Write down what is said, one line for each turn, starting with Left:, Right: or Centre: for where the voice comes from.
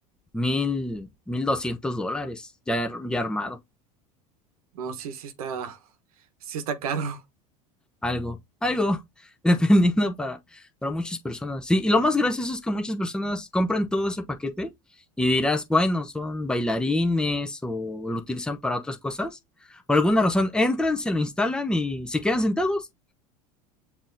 Centre: mil, mil doscientos dólares ya, ar- ya armado.
Right: No, sí, sí está, sí está caro. <laughs>
Centre: algo, algo, <laughs> dependiendo para, para muchas personas. Sí, y lo más gracioso es que muchas personas compran todo ese paquete y dirás, bueno, son bailarines o lo utilizan para otras cosas. Por alguna razón, entran, se lo instalan y se quedan sentados